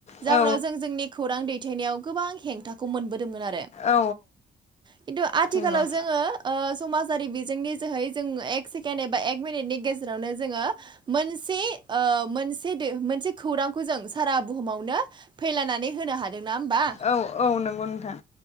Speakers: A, on the left; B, on the right.
A: औ
B: जाउनाव जों जोंनि खौरां दैथायनायाव गोबां हेंथाखौ मोनबोदोंमोन आरो।
A: औ
B: खिन्थु आथिखालाव
A: नंगौ
B: जोङो ओ समाजारि बिजोंनि जोहै जों एक सेकेण्ड एबा एक मिनिटनि गेजेरावनो जोङो मोनसे ओ मोनसे दो मोनसे खौरांखौ जों सारा बुहुमावनो फैलानानै होनो हादों नङा होमबा?
A: औ औ नंगौ नोंथां